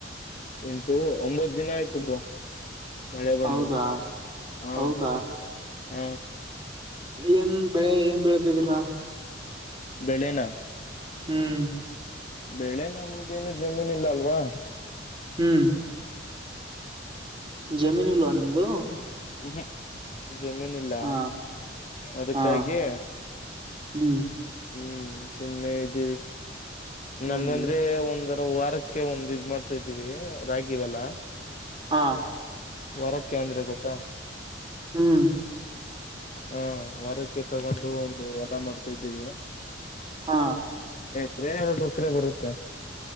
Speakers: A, on the left (about 40°); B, on the right (about 25°).
A: ಎಂಟು ಒಂಬತ್ತು ದಿನ ಆಯ್ಟ್ರು ಮಳೆ ಬೊಂದು
B: ಹೌದಾ
A: ಹಾ
B: ಹೌದಾ
A: ಹ
B: ಏನ್ ಬೆಳೆ ಏನ್ ಬೆೀಳದಿದ್ದೀರಾ
A: ಬೆಳನಾ
B: ಹ್ಮ್
A: ಬೆಳೆ ನಮ್ದೇನು ಜಮೀನ್ ಇಲ್ಲ ಅಲ್ವಾ
B: ಹ್ಮ್ ಜಮೀನು ಇಲ್ವಾ ನಿಮ್ದು
A: ಹ ಹ ಜಮೀನ್ ಇಲ್ಲ
B: ಹಾ
A: ಅದಕ್ಕಾಗಿ
B: ಹಾ ಹ್ಮ್
A: ಹ್ಮ್ ಸು್ನೆ ಇದ್ದೀವಿ
B: ಹ್ಮ್
A: ನಮ್ದಂದ್ರೆ ಒಂದ ವಾರಕ್ಕೆ ಒಂದ ಇದ್ ಮಾಡ್ತಾ ಇದ್ದೀವಿ ರಾಗಿವಲ್ಲ
B: ಹಾ
A: ವರಕ್ಕೆ ಅಂದ್ರೆ ಗೊತ್ತಾ
B: ಹ್ಮ
A: ಹಾ ವಾರಕ್ಕೆ ತಗೊಂಡು ಒಂದು ವಾರ ಮಾಡ್ತಾ ಇದ್ದೀವಿ
B: ಹಾ
A: ಕ್ರರ ಒಕ್ರೆ ಬರುತ್ತೆ